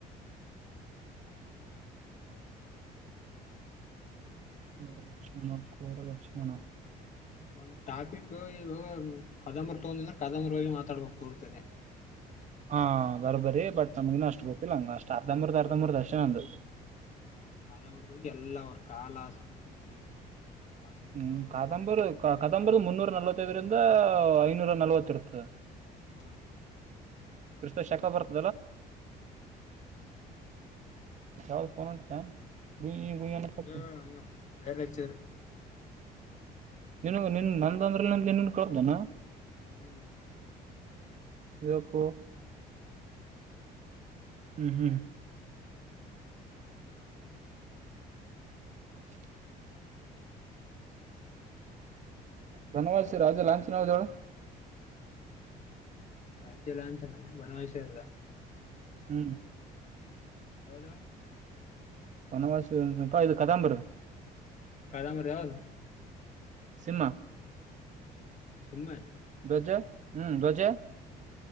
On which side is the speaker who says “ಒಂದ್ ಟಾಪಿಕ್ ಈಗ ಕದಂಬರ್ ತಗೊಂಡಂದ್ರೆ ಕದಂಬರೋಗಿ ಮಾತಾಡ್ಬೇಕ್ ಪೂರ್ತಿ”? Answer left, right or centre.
Left